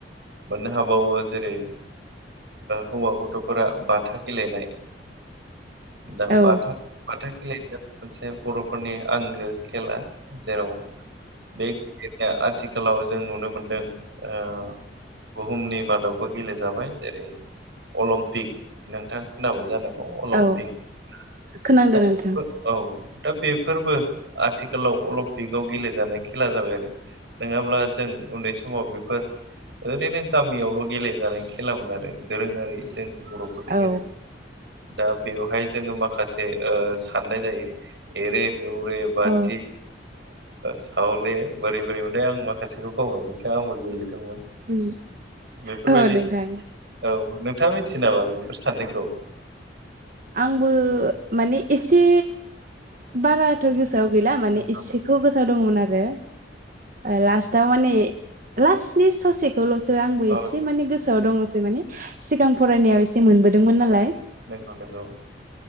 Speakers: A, on the right; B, on the right.
A: मोननो हाबावो जेरै हौवा गथ'फोरा बाथा गेलेनाय दा
B: औ
A: बाथा बाथा खेलेनाया मोनसे बर'फोरनि आंगो खेला जेराव बे गेलनाया आथिखालाव जों नुनो मोनदों ओ। बुहुमनि मादावबो गेलेजाबाय जेरै अलिम्पिक नोंथां। खोनाबाय जानांगौ अलिम्पिक
B: औ
A: दा
B: खोनांदों नोंथां
A: बेफोर औ दा बेफोरबो आथिखालाव अलिम्पिकआव गेलेजानाय खेला जाबाय आरो। नङाब्ला जों उन्दै समाव बेफोर ओरैनो गामियावल' गेलेजानाय खेलामोन आरो दोरोङारि जोंनि बर'फोरनि
B: औ
A: गेजेराव दा बेवहाय जोङो माखासे साननाय ओ जायो। एरे दौरे बाति
B: औ
A: साहले बोरै बोरै मोनथाय आं माखासेखौ बावबाय नोंथाङा आंबो गेलेदोंमोन।
B: उम
A: बेफोरबायदि
B: औ नोंथां
A: औ नोंथाङा मिथियो नामा बेफोर साननायखौ?
B: आंबो माने एसे बाराथ' गोसोआव गैला माने
A: नंगौ
B: इसेखौ गोसो दंमोन आरो लासताव माने लासट बे ससेखौल'सो आंबो
A: नंगौ औ
B: एसे माने गोसोआव दङसै माने सिगां फरायनायाव एसे मोनबोदोंमोन नालाय।
A: नंगौ नंगौ